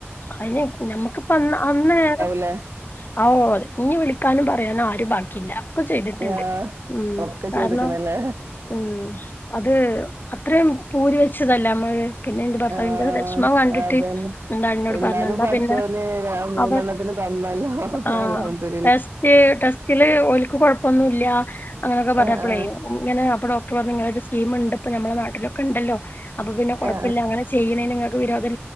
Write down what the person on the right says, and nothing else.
ല്ല
ആ
ഒക്കെ
ചെയ്തിക്കണല്ലേ
ആഹ
അതന്നെ
എന്നാലും
പഠിച്ചവന്
മൂന്നെണ്ണത്തിന്
ന്നല്ല
എല്ല
ആ ആ
ആ